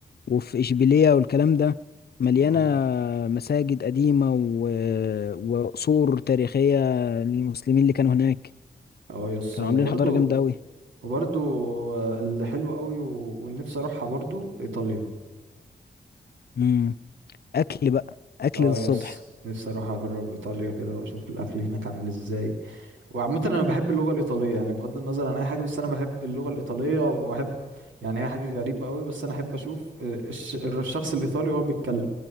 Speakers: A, on the left; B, on the right.
A: وفي اشبيليه والكلام ده مليانه
B: اه
A: مساجد قديمه و... وقصور تاريخيه للمسلمين اللي كانوا هناك
B: اه يس
A: كانوا
B: وبرضو
A: عاملين حضاره جامده قوي
B: وبرضو آه، اللي حلو قوي و... والنفسي اروحها برضو ايطاليا
A: امم اكل بقى اكل
B: اه
A: للصبح
B: يس نفسي اروح اجرب ايطاليا كده واشوف الاكل هناك عامل ازاي وعامه انا بحب اللغه الايطاليه يعني بغض النظر عن اي حاجه بس انا بحب اللغه الايطاليه واحب يعني هي حاجه غريبه قوي بس انا احب اشوف آه، الش... الشخص الايطالي وهو بيتكلم